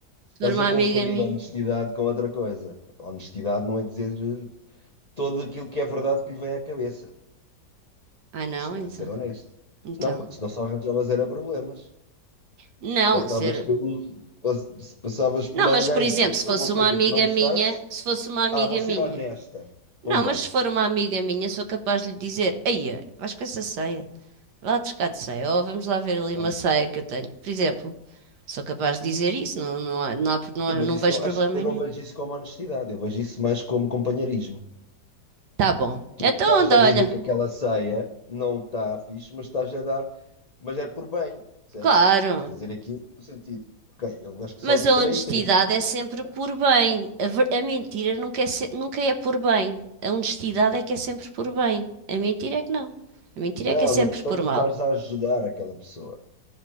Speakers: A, on the left; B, on the right.
A: Estás
B: Ser uma
A: a confundir
B: amiga minha.
A: honestidade com outra coisa. Honestidade não é dizer eh, tudo aquilo que é verdade que lhe vem à cabeça.
B: Ah, não,
A: Isso
B: então.
A: não é ser honesto.
B: Então.
A: Não, porque senão só arranjavas era problemas.
B: Não,
A: Passavas
B: ser.
A: pelo, pass- passavas por
B: Não, mas
A: alguém
B: por exemplo,
A: que disse
B: se fosse
A: alguma
B: uma
A: coisa
B: amiga
A: que não gostasses.
B: minha, se fosse uma amiga
A: Ah, vou ser
B: minha.
A: honesta. Pumba.
B: Não, mas se for uma amiga minha, sou capaz de lhe dizer: Eia, vais com essa saia. Vai lá buscar de saia. Ou vamos lá ver
A: Pronto.
B: ali uma saia que eu tenho. Por exemplo, sou capaz de dizer isso. Não, não, há, não, há, não,
A: Sim,
B: há-
A: mas
B: não
A: isso
B: vejo
A: não, acho,
B: problema
A: eu não
B: nenhum.
A: vejo isso como honestidade. Eu vejo isso mais como companheirismo.
B: Tá bom.
A: Estás
B: Então, anda,
A: a dizer
B: olha.
A: que aquela ceia não está fixe, mas estás a dar mas é por bem, percebes?
B: Claro.
A: Estás a dizer aqui no sentido, ok, eu acho que se
B: Mas
A: ela fica
B: a honestidade
A: bem, tenho aqui outra
B: é
A: pessoa.
B: sempre por bem. A, ver- a mentira nunca é, se- nunca é por bem. A honestidade é que é sempre por bem. A mentira é que não. A mentira
A: Não,
B: é que é sempre
A: na questão
B: por
A: de
B: mal.
A: estares a ajudar aquela pessoa.